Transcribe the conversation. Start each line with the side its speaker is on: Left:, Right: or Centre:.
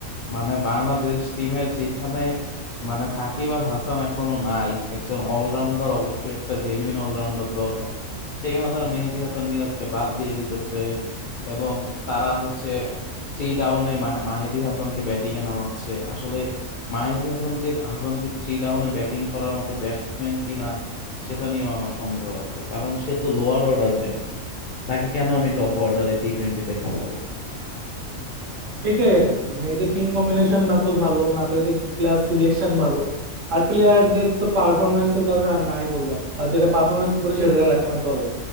Left: মানে বাংলাদেশ টিমের যেখানে মানে সাকিব আল হাসান এখনো নাই একজন অলরাউন্ডার অবশ্যই একটা জেনুইন অলরাউন্ডার দরকার সেখানে তারা মেহেদী হাসান মিরাজকে বাদ দিয়ে দিতেছে এবং তারা হচ্ছে থ্রি ডাউনে মাহেদী হাসানকে ব্যাটিং এ নামাচ্ছে আসলে মাহেদী হাসানকে হাসান কি থ্রি ডাউনে ব্যাটিং করার মতো ব্যাটসম্যান কিনা সেটা নিয়েও আমার সন্দেহ আছে কারণ সে তো লোয়ার অর্ডার ব্যাটসম্যান তাকে কেন আমি টপ অর্ডারে টি টোয়েন্টিতে খেলাবো
Right: সেটাই আর কি মানে এদের টিম কম্বিনেশন না তো ভালো না তো এদের প্লেয়ার সিলেকশন ভালো আর প্লেয়ারদের তো পারফরমেন্স এর কথা আর নাই বললাম আর যেটা পারফরমেন্স করে সেটা রাখে না দলে